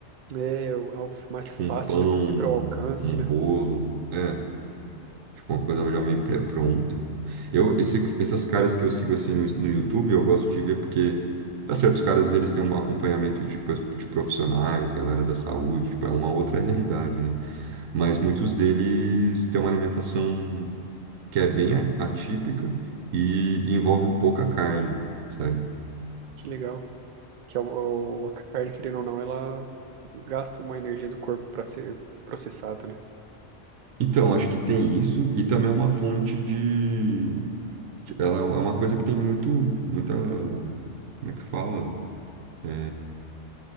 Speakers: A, on the right; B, on the right.
A: É eu- algo mais
B: Tipo
A: fácil,
B: um pão,
A: né? Tá sempre ao alcance,
B: um
A: né?
B: bolo, é, tipo uma coisa já meio pré-pronta. Eu, esse, essas caras que eu sigo assim no, no YouTube, eu gosto de ver porque, tá certo, os caras eles têm um acompanhamento de, pos- de profissionais, galera da saúde, tipo, é uma outra realidade, né? mas muitos deles têm uma alimentação que é bem a- atípica e, e envolve pouca carne, sabe?
A: Que legal. Que a, a a carne, querendo ou não, ela gasta uma energia do corpo para ser processada, né?
B: Então, acho que tem isso e também é uma fonte de... de- Ela é uma coisa que tem muito, muita... Como é que fala? É,